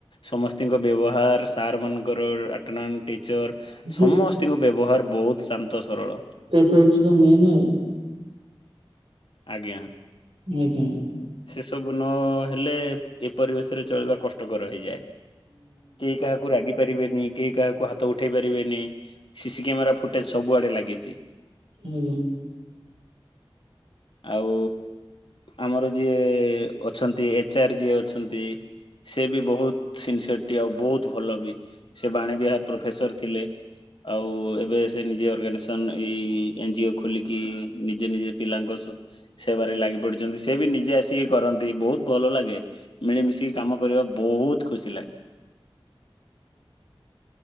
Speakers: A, on the left; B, on the right.
A: ସମସ୍ତିଙ୍କ ବ୍ୟବହାର ସାର୍ ମାନଙ୍କର ଆଟେଣ୍ଡାଣ୍ଟ ଟିଚର୍
B: ସେ
A: ସମସ୍ତିଙ୍କ ବ୍ୟବହାର ବହୁତ ଶାନ୍ତ ସରଳ।
B: ସେ ହଉଚି ତ ମେନ୍ ଆଉ।
A: ଆଜ୍ଞା।
B: ଆଜ୍ଞା ଆଜ୍ଞା।
A: ସେ ସବୁ ନ ହେଲେ ଏ ପରିବେଶରେ ଚଳିବା କଷ୍ଟକର ହେଇଯାଏ। କିଏ କାହାକୁ ରାଗି ପାରିବେନି କେହି କାହାକୁ ହାତ ଉଠେଇ ପାରିବେନି ସି ସି କ୍ୟାମେରା ଫୁଟେଜ ସବୁଆଡେ ଲାଗିଚି।
B: ହୁଁ।
A: ଆଉ ଆମର ଯିଏ ଅଛନ୍ତି ଏଚ୍ ଆର୍ ଯିଏ ଅଛନ୍ତି। ସିଏ ବି ବହୁତ ସିନ୍ସିୟରଟି ଆଉ ବହୁତ ଭଲ ବି ସିଏ ବାଣୀ ବିହାର ପ୍ରଫେସର ଥିଲେ। ଆଉ ଏବେ ସେ ନିଜେ ଅର୍ଗାନାଇଜେସନ ଏଇ ଏନ ଜି ଓ ଖୋଲିକି ନିଜେ ନିଜେ ପିଲାଙ୍କ ସ୍ ସେବାରେ ଲାଗି ପଡିଚନ୍ତି। ସେ ବି ନିଜେ ଆସିକି କରନ୍ତି ବହୁତ ଭଲ ଲାଗେ। ମିଳିମିଶିକି କାମ କରିବା ବହୁତ ଖୁସି ଲାଗେ।